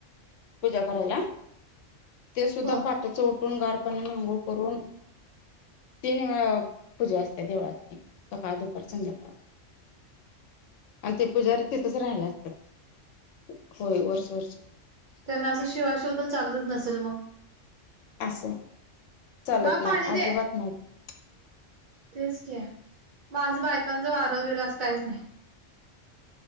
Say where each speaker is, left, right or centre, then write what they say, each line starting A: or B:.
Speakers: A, on the left; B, on the right.
A: पूजा करायला ते सुद्धा
B: हो.
A: पाटच उठून गार <inaudible> पाण्यानं आंघोळ करून तीन वेळा पूजा असत्या देवळात सकाळ, दुपार, संध्याकाळ आणि ते पुजारी तिथच राहायला असत्यात होय वर्ष वर्ष
B: त्यांना असं शिवा शिव तेन चालतच नसेल मग
A: अस हाय चालत
B: बा
A: नाही
B: पाणी दे
A: अजिबात नाही चालत
B: तेच की म असं बायकांच वारं बीर असं काहीच नाही